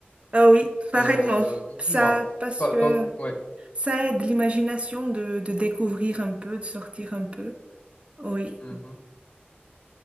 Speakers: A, on the right; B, on the left.
A: Ah oui, pareillement.
B: Euh,
A: Ça,
B: dis-moi.
A: parce
B: Bah,
A: que
B: dans... Ouais.
A: ça aide l'imagination de, de découvrir un peu, de sortir un peu. Oui.
B: Mhm.